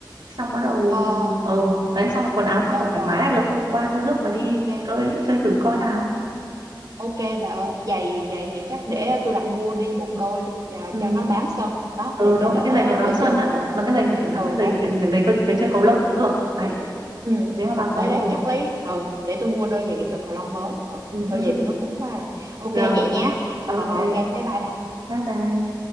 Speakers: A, on the right; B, on the right.
A: xong bắt đầu
B: ờ
A: ờ đấy xong là quần áo trong
B: ờ
A: cũng thoải
B: rồi
A: mái là được qua tôi rước bà đi
B: ok
A: tới chơi thử coi nào
B: ok bà ơi giày giày thì chắc để tôi đặt mua riêng một đôi đi ờ,
A: ừ
B: cho nó bám sân đó
A: ừ
B: để
A: đúng
B: cho
A: rồi,
B: đỡ
A: cái giày mà bám
B: đỡ
A: sân
B: trượt
A: á
B: ừ
A: mà cái giày là kiểu dạng
B: ừ
A: như giày
B: đấy
A: giày giày, cơ- giày chơi cầu lông cũng được đấy
B: ừ
A: nếu mà bà có
B: đấy
A: rồi
B: đấy chắc lấy ừ để tôi mua đôi giày đôi cầu lông mới ừ
A: Ừ
B: đôi
A: hứ,
B: giày tôi nó cũ quá rồi ok
A: rồi
B: vậy nhá
A: ok
B: ờ ờ, ok bye bye bà
A: bye bye